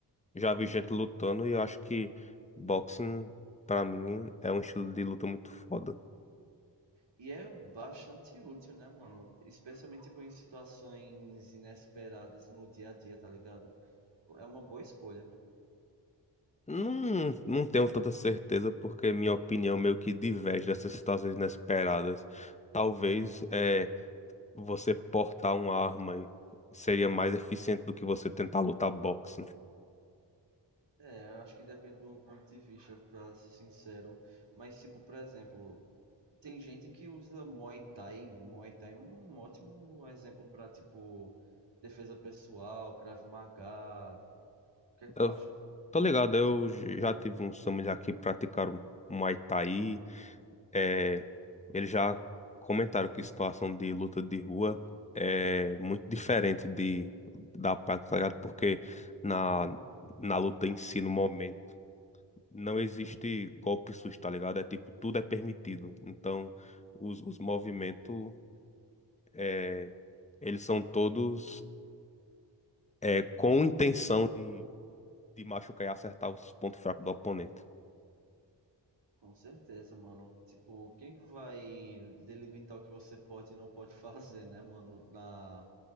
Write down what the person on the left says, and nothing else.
Já
vi gente lutando e eu acho que boxing, pra mim, é um estilo de luta muito foda.
Não, não tenho tanta certeza, porque minha opinião meio que diverge dessas situações inesperadas. Talvez é, você portar uma arma e- seria mais eficiente do que você tentar lutar boxing.
Eu
tô ligado, eu j- já tive uns família que praticaram Muay Thai. É, eles já comentaram que situação de luta de rua é muito diferente de, da prática, tá ligado? Porque na,
na luta em si, no momento, não existe golpe susto, tá ligado? É tipo, tudo é permitido. Então, os, os movimentos, é, eles são todos é, com intenção de, de machucar e acertar os pontos fracos do oponente.